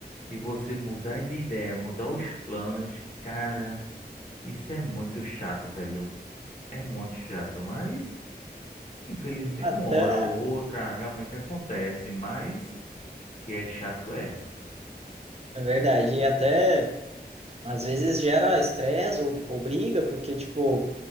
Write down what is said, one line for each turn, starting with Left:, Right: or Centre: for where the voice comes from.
Left: e você mudar de ideia, mudar os planos, cara, isso é muito chato, velho. É muito chato, mas infelizmente,
Right: Até,
Left: uma hora ou outra realmente acontece, mas que é chato é.
Right: é verdade, e até. Às vezes gera estresse ou, ou briga, porque, tipo,